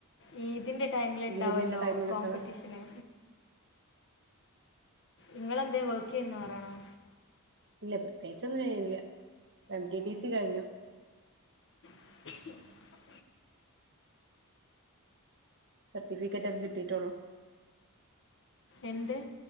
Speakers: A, on the left; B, on the right.
A: ഈ ഇതിൻ്റെ ടൈമിൽ ഉണ്ടാവുമല്ലോ
B: ഈതിന്റെ ടൈമിലൊക്കെ
A: കോമ്പറ്റീഷന് ഇങ്ങളെന്തെ വർക്ക്‌ ചെയുന്നു പറയണോ
B: ഇല്ല പ്രത്യേകിച്ചൊന്നുമില്ല എം റ്റി ഡി സി കഴിഞ്ഞു
A: <unintelligible>
B: സർട്ടിഫിക്കറ്റൊക്കെ കിട്ടീട്ടെ ഒള്ളു
A: എന്തെ